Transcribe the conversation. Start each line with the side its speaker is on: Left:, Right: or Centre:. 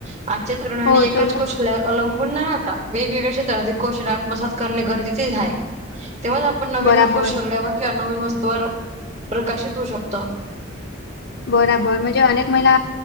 Right: आजच्या तरुणाने
Left: हो
Right: एकाच
Left: सुरू
Right: कसल्यावर अवलंबून न राहतात वेगवेगळ्या क्षेत्रातील कौशल आत्मसात करणे गरजेचेच आहे तेव्हा पण नवीन
Left: बराबर
Right: नको शरल्यावर किंवा नवीन वस्तूवर प्रकाशित होऊ शकत
Left: बराबर म्हणजे अनेक महिला